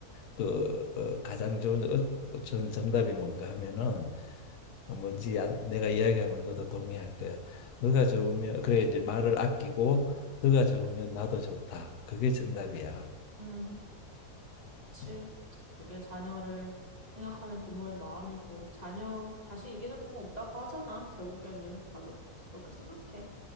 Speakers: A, on the left; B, on the right.
A: 그 어, 가장 좋은 어, 전 정답이 뭔가 하면은 뭔지 아- 내가 이야기하면 너도 동의할 거야. 너가 좋으면 그래 이제 말을 아끼고 너가 좋으면 나도 좋다. 그게 정답이야.
B: 응. 그치.
A: 음.
B: 그게 자녀를 생각하는 부모의 마음이고, 자녀, 자식 이기는 부모 없다고 하잖아, 결국에는. 나도 그렇게 생각해.